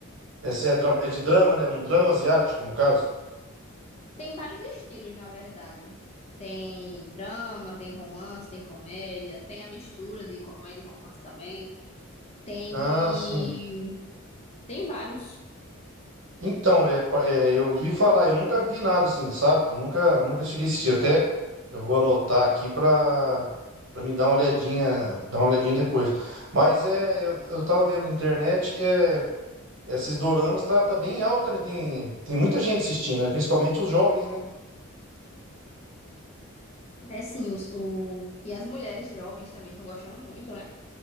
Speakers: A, on the right (about 65°); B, on the left (about 30°).
A: Essa é, dra- é de drama, né? Um drama asiático, no caso.
B: Tem vários estilos, na verdade. Tem drama, tem romance, tem comédia, tem a mistura de comédia e romance também. Tem
A: Ah,
B: de.
A: sim.
B: Tem vários.
A: Então, é, pa- é, eu vi falar, eu nunca vi nada assim, sabe? Eu nunca, nunca cheguei a assistir. Até eu vou anotar aqui pra para me dar uma olhadinha, dar uma olhadinha depois. Mas é, eu, eu tava vendo na internet, é, esses doramas tá, tá bem alta, né? Tem, tem muita gente assistindo, né? Principalmente os jovens, né?
B: É sim, os, o... e as mulheres jovens também estão gostando muito, né?